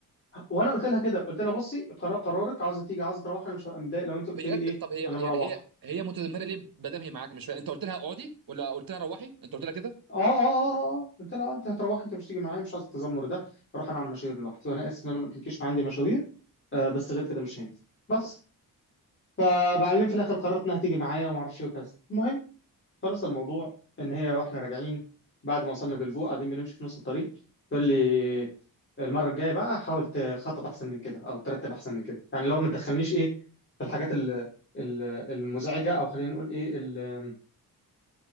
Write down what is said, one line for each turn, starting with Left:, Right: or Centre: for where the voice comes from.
Left: وانا قلت لها كده قلت لها بصي قرار قرارك عاوزه تيجي عاوزه تروح انا مش هبقى متضايق لو انت قلت
Right: هي
Left: لي ايه
Right: جت طب هي
Left: انا مروحه
Right: يعني هي هي متذمره ليه ما دام هي معاك مش فاهم انت قلت لها اقعدي ولا قلت لها روحي انت قلت لها كده
Left: اه اه اه اه اه. قلت لها آه، انت هتروح انت مش تيجي معايا مش عايز التذمر ده اروح انا اعمل مشاوير لوحدي وانا اسف ان انا ما قلتلكيش إن عندي مشاوير آه بس غير كده مش هينفع بس فبعدين في الاخر قررت انها تيجي معايا وما اعرفش ايه وكذا المهم خلص الموضوع ان هي واحنا راجعين بعد ما وصلنا بالفوق قاعدين بنمشي في نص الطريق تقول لي المره الجايه بقى حاول تخطط احسن من كده او ترتب احسن من كده يعني لو ما تدخلنيش ايه في الحاجات ال- ال- المزعجه او خلينا نقول ايه ال-